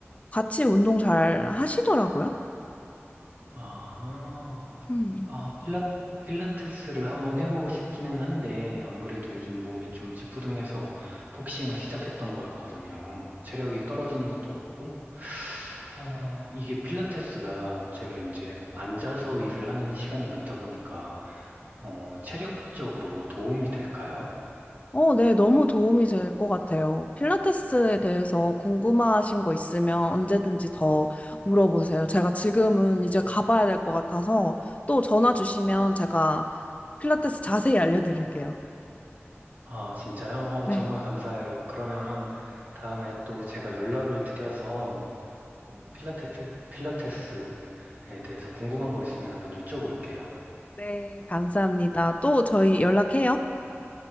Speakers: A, on the left; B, on the right.
A: 같이 운동 잘 하시더라고요.
B: 아,
A: 음.
B: 아, 필라, 필라테스를 한번 해보고 싶기는 한데, 안 그래도 요즘 몸이 좀 찌뿌둥해서 복싱을 시작했던 거였거든요. 체력이 떨어지는 것도 없고, 어, 이게 필라테스가 제가 이제 앉아서 일을 하는 시간이 많다 보니까, 어, 체력적으로 도움이 될까요?
A: 어, 네, 너무 도움이 될 것 같아요. 필라테스에 대해서 궁금하신 거 있으면 언제든지 더 물어보세요. 제가 지금은 이제 가봐야 될 것 같아서 또 전화 주시면 제가 필라테스 자세히 알려드릴게요.
B: 아, 진짜요? 어,
A: 네.
B: 정말 감사해요. 그러면 다음에 또 제가 연락을 드려서 이 필라테스, 필라테스에 대해서 궁금한 거 있으면 한번 여쭤볼게요.
A: 네, 감사합니다. 또 저희 연락해요.